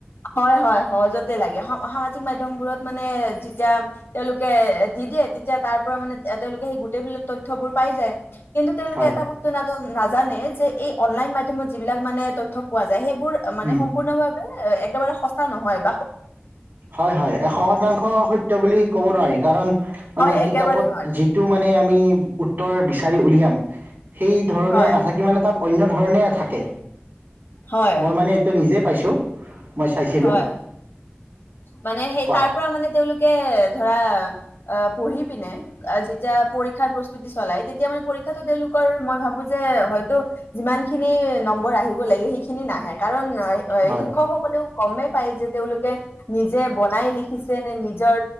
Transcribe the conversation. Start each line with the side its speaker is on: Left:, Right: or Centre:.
Left: হয়, হয়, সহজতে লাগে স'সামাজিক মধ্যমবোৰত মানে যেতিয়া তেওঁলোকে দি দি য়ে তেতিয়া তাৰ পৰা মানে আ'তেওঁলোকে সেই গোটেই বিলাক তথ্যয়বোৰ পাই যায়। কিন্তু তেওঁলোকে
Right: হয়
Left: এটা বস্তু নাজান নাজানে যে এই অনলাইন মাধ্যমত যিবিলাক মানে তথ্য পোৱা যায়, সেইবোৰ মানে
Right: উম
Left: সম্পূৰ্ণভাৱে একেবাৰে সঁচা নহয়, বা
Right: হয়, হয়, এশ শতাংশ সত্য বুলি ক'ব নোৱাৰি। কাৰণ মানে
Left: হয় একেবাৰে
Right: কিতাপত
Left: নোৱাৰে
Right: যিটো মানে আমি উত্তৰ বিচাৰি উলিয়াম। সেই ধৰণে
Left: হয়
Right: নাথাকি মানে তাত অন্য ধৰণে থাকে।
Left: হয়
Right: মই মানে এইটো নিজে পাইছোঁ। মই চাইছিলোঁ
Left: হয়। মানে সেই
Right: কোৱা
Left: তাৰ পৰা মানে তেওঁলোকে ধৰা আহ, পঢ়ি পিনে আহ, যেতিয়া পৰীক্ষাৰ প্ৰস্তুতি চলাই তেতিয়া মানে পৰীক্ষাতো তেওঁলোকৰ মই ভাবো যে এ হয়টো যিমানখিনি নম্বৰ আহিব লাগে সেইখিনি নাহে কাৰণ নাই অ'
Right: হয়
Left: শিক্ষকসকলেও গমেই পাই যে তেওঁলোকে নিজে বনাই লিখিছে নে নিজৰ